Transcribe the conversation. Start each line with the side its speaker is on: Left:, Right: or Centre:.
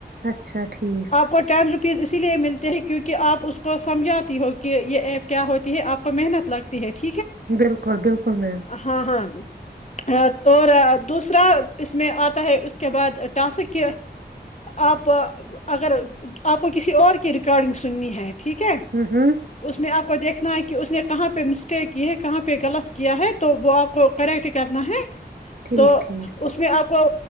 Right: اچھا ٹھیک
Left: آپ کا ٹائم جو پیز اسی لیے ملتے ہیں کیونکہ آپ اس کو سمجھاتی ہو کہ یہ ایپ کیا ہوتی ہے آپ کو محنت لگتی ہے ٹھیک ہے
Right: بالکل بالکل میم
Left: ہاں ہاں اور دوسرا اس میں آ ہے اس کے بعد ٹاسک آپ اگر آپ کو کسی اور کی ریکارڈنگ سننی ہے ٹھیک ہے
Right: ہوں ہوں
Left: اس میں آپ آپ کو دیکھنا ہے کہ اس نے کہاں پہ مسٹیک کی ہے کہاں پہ غلط کیا ہے تو وہ آپ کو کریکٹ کرنا ہے
Right: ٹھیک
Left: تو
Right: ٹھیک
Left: اس میں آپ کو